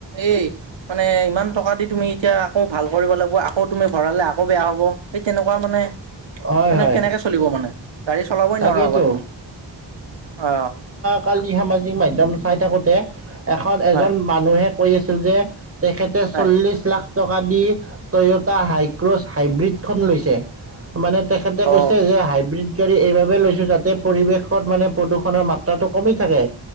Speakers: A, on the right (about 80°); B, on the right (about 30°).
A: এই মানে ইমান টকা দি তুমি এতিয়া আকৌ ভাল কৰিব লাগিব, আকৌ তুমি ভৰালে আকৌ বেয়া হ'ব। সেই তেনেকুৱা মানে
B: হয়
A: তেনেকে
B: হয়
A: কেনেকে চলিব মানে। গাড়ী চলাবই
B: তাকেইতো
A: নোৱাৰা হ'বা তুমি, অ'।
B: কালি সামাজিক মাধ্যম চাই থাকোঁতে, এখন এজন
A: হয়
B: মানুহে কৈ আছিল যে তেখেতে
A: হয়
B: চল্লিশ লাখ টকা দি টয়টা হাইক্র'ছ হাইব্ৰীডখন লৈছে। মানে তেখেতে কৈছে
A: অ
B: যে হাইব্ৰীড গাড়ী এইবাৰ লৈছোঁ যাতে পৰিৱেশত মানে প্ৰদূষণৰ মাত্ৰাটো কমি থাকে,